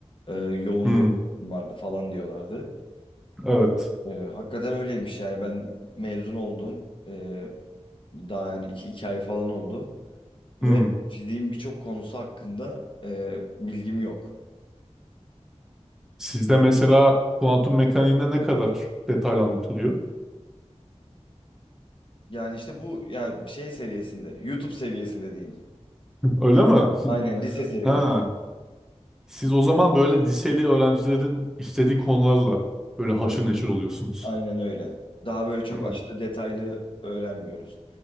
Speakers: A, on the left (about 45°); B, in the centre.
A: e, yoğun
B: Hmm,
A: bir öğretim vardı falan diyorlardı.
B: evet.
A: E, hakikaten öyleymiş yani ben mezun oldum E, daha yani iki, iki ay falan oldu. Ve
B: Hmm.
A: fiziğin birçok konusu hakkında e, bilgim yok.
B: Sizde mesela kuantum mekaniğine ne kadar detaylı anlatılıyor?
A: Yani işte bu yani şey seviyesinde, YouTube seviyesinde diyeyim.
B: <laughs> Öyle mi?
A: Aynen lise seviyesi.
B: Ha. Siz o zaman böyle liseli öğrencilerin istediği konularla böyle haşır
A: Tabii.
B: neşir oluyorsunuz.
A: Aynen öyle. Daha böyle çok
B: Hmm,
A: aşırı detaylı öğrenmiyoruz.